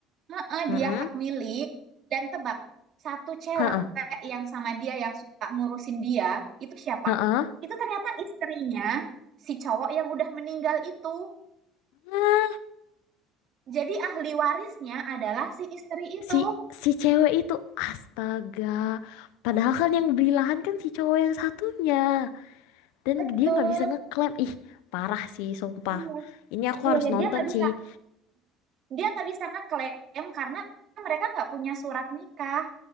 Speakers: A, on the right; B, on the left.
A: Heeh,
B: Mm-mm.
A: dia hak milik dan tebak satu cewek
B: Heeh.
A: yang sama dia yang suka ngurusin dia itu siapa?
B: Heeh.
A: Itu ternyata istrinya si cowok yang udah meninggal itu.
B: Ah,
A: Jadi ahli warisnya adalah si istri itu.
B: Si si cewek itu astaga. Padahal kan yang beli lahan kan si cowok yang satunya. Dan
A: Betul.
B: dia nggak bisa ngeklaim. Ih, parah sih, sumpah.
A: Iya,
B: Ini aku
A: iya
B: harus
A: ya,
B: nonton
A: dia nggak
B: sih.
A: bisa dia nggak bisa ngeklaim karena mereka nggak punya surat nikah.